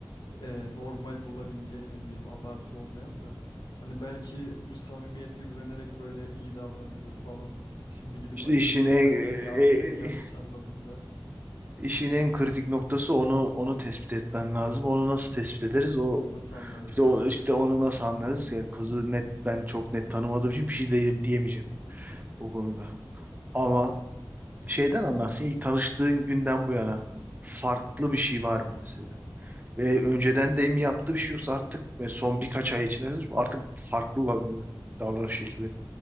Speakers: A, on the left; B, on the right.
A: e, normal bulabileceğimiz diyeyim abartı olmayan da hani belki bu samimiyete güvenerek böyle iyi davranıyordur falan. Şimdi gidip
B: İşte
A: açılsam
B: işin en
A: sen yeni ya-
B: e, e,
A: beni yanlış anladın der.
B: işin en kritik noktası onu onu tespit etmen lazım. Onu nasıl tespit ederiz? O
A: Ya bunu nasıl anlarız
B: işte,
A: ya?
B: o, işte onu nasıl anlarız? Ya kızı net ben çok net tanımadığım için bir şey diyeyim, diyemeyeceğim o konuda. Ama şeyden anlarsın ilk tanıştığın günden bu yana farklı bir şey var mı mesela? Ve önceden de mi yaptığı bir şey yoksa artık ve son birkaç ay içinde artık farklı la- mı davranış şekilleri?